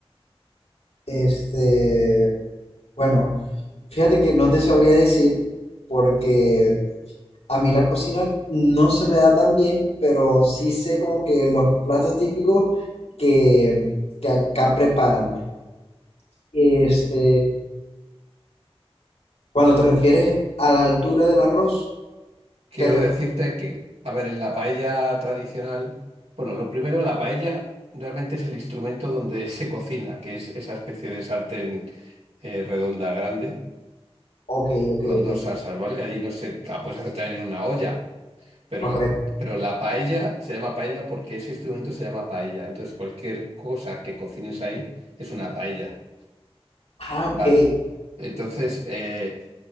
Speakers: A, on the left; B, on the right.
A: este, Bueno, fíjate que no te sabría decir porque a mí la cocina no se me da tan bien, pero sí sé como que los platos típicos que, que acá preparan. Este, cuando te refieres a la altura del arroz,
B: Quiero
A: te re-
B: decirte que, a ver, en la paella tradicional, bueno, lo primero, la paella realmente es el instrumento donde <laughs> se cocina, que es esa especie de sartén eh, redonda grande
A: ok, ok,
B: con
A: ok,
B: dos salsas, ¿vale? Allí no se, la puedes hacer también en una olla, pero,
A: correcto.
B: pero la paella se llama paella porque ese instrumento se llama paella. Entonces, cualquier cosa que cocines ahí es una paella.
A: Ah,
B: Vale.
A: ok,
B: Entonces, eh,